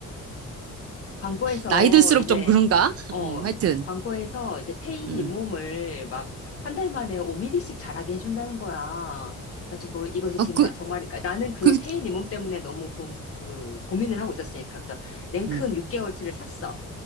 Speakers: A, on the left; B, on the right.
A: 광고에서
B: 나이 들수록
A: 이제
B: 좀 그런가? <laughs>
A: 어
B: 응, 하여튼,
A: 광고에서 이제 페인
B: 응.
A: 잇몸을 막 한달 만에 5mm씩 자라게 해준다는 거야. 가지고 이것이
B: 아,
A: 정말
B: 그,
A: 정말 그러니까 나는 그
B: 그,
A: 페인 잇몸 때문에 너무 고, 그 고민을 하고 있었으니까 그래서 냉큼
B: 음.
A: 6개월치를 샀어.